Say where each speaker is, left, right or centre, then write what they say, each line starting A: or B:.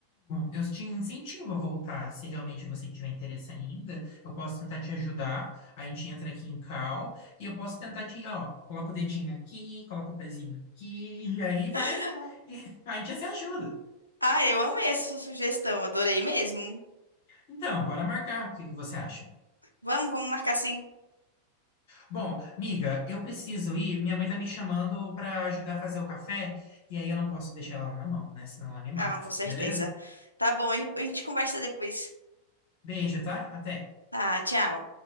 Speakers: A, on the left (about 50°); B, on the left (about 85°).
A: eu te incentivo a voltar, se realmente você tiver interesse ainda. Eu posso tentar te ajudar. A gente entra aqui em cal e eu posso tentar te, ó, coloca o dedinho aqui, coloca o pezinho aqui, e aí vai,
B: <laughs>
A: e a gente se ajuda.
B: Ah, eu amei essa sugestão, adorei mesmo.
A: Então, bora marcar. O que que você acha?
B: Vamos, vamos marcar sim.
A: Bom, amiga, eu preciso ir. Minha mãe tá me chamando para ajudar a fazer o café, e aí eu não posso deixar ela na mão, né? Senão ela me mata.
B: Não, com certeza.
A: Beleza?
B: Tá bom, a gente conversa depois.
A: Beijo, tá? Até.
B: Tá, tchau.